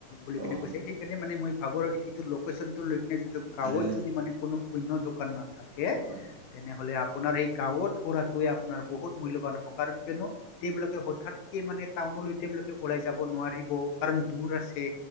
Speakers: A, on the left; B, on the right.
A: বুলিনে
B: অ হয়
A: কৈছে সেইণে মে মই ভবো আৰু লোকেশ্যন লৈ কেনে
B: মানে
A: গাঁৱত যদি মানে কোনো অন্য দোকান নাথাকে
B: হয়
A: তেনেহ'লে আপোনাৰ এই গাঁও ত কৰাটোৱে আপোনাৰ বহুত মূল্যবান হ'ব কাৰণ কিয়নো তেওঁবিলাকে হঠাাতকে মানে টাউনলৈবিলাকে। ওলাই যাব নোৱাৰিব কাৰণ দৰ আছে